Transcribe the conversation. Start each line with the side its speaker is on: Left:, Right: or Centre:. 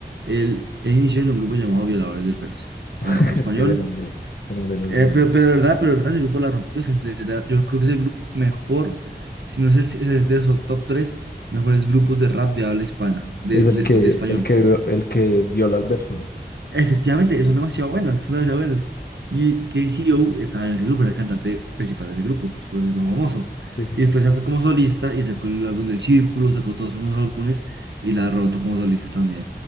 Right: él, él inició en un grupo llamado Violadores del Verso,
Left: <laughs>
Right: en el grupo español.
Left: es que ese nombre, ese nombre no es
Right: Eh,
Left: muy bueno.
Right: pero, pero de verdad, pero de verdad, ese grupo la rompió. o sea, de verdad, yo creo que es el grupo mejor, si no es, el, es de los top 3 mejores grupos de rap de habla hispana, de,
Left: Es
Right: de,
Left: el
Right: esp-
Left: que,
Right: de español.
Left: el que, el que viola al verso.
Right: Efectivamente, son demasiado buenas, son demasiado buenas. Y KCO estaba en ese grupo, era el cantante principal de ese grupo, por eso es tan famoso.
Left: Sí, sí.
Right: Y después se fue como solista y sacó el álbum del Círculo, sacó todos sus nuevos álbumes y la ha roto como solista también.